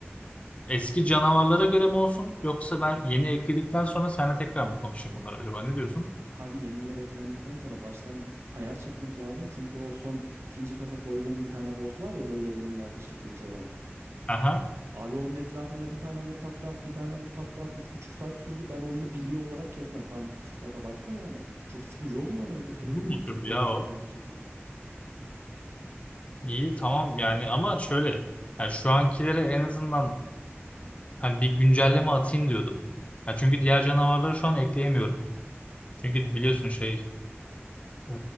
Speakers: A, on the left; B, on the right.
A: eski canavarlara göre mi olsun yoksa ben yeni ekledikten sonra seninle tekrar mı konuşayım bunlar acaba ne diyorsun?
B: Abi yeniler eklendikten sonra baştan ayar çekmek lazım. Çünkü o son ikinci kata koyduğun bir tane boss var ya böyle elinde ateşli kılıç olan.
A: Aha
B: Abi onun etrafında bir tane vur takla at, bir tane vur takla at. üç buçuk saat sürdü. Ben oyunu biliyor olarak kesmem. Tamam üç buçuk saat abartı da yani. Çok sıkıcı oluyor onu öyle sürekli
A: bu mu
B: vur çekil,
A: türdü ya
B: vur çekil,
A: o?
B: vur çekil.
A: İyi tamam yani ama şöyle yani şu ankilere en azından Hani bir güncelleme atayım diyordum. Ya çünkü diğer canavarları şu an ekleyemiyorum. Çünkü biliyorsun şey e,